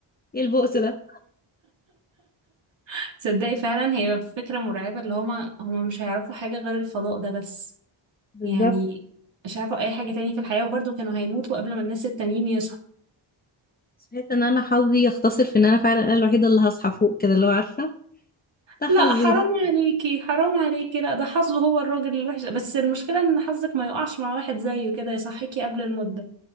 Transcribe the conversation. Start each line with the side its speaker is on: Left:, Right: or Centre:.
Left: ايه البؤس ده
Right: <laughs> تصدقي فعلا هي فكرة مرعبة اللي هما هما مش هيعرفوا حاجة غير الفضاء ده بس
Left: بالظبط
Right: يعني مش هيعرفوا اي حاجة تاني في الحياة وبرضه كانوا هيموتوا قبل ما الناس التانيين يصحوا
Left: بس بحس ان انا حظي يختصر في ان انا فعلا انا الوحيده اللي هصحى فوق كده اللي هو عارفه ده حظي
Right: لا حرام
Left: ده
Right: عليكي حرام عليكي لا ده حظه هو الراجل الوحش بس المشكلة ان حظك ما يقعش مع واحد زيه كده يصحيكي قبل المدة